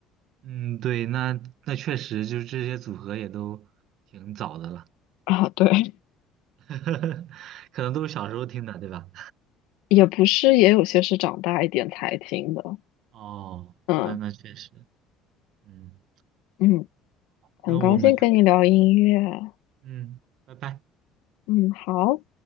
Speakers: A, on the right (about 60°); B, on the left (about 80°).
A: 嗯，对，那那确实就是这些组合也都挺早的了，
B: 啊。对，
A: <laughs> 可能都是小时候听的，对吧？
B: 也不是，也有些是长大一点才听的。
A: 哦，
B: 嗯
A: 那那确实，嗯，
B: 嗯，很高兴跟你聊音乐啊。
A: 那我们，嗯，拜拜。
B: 嗯，好。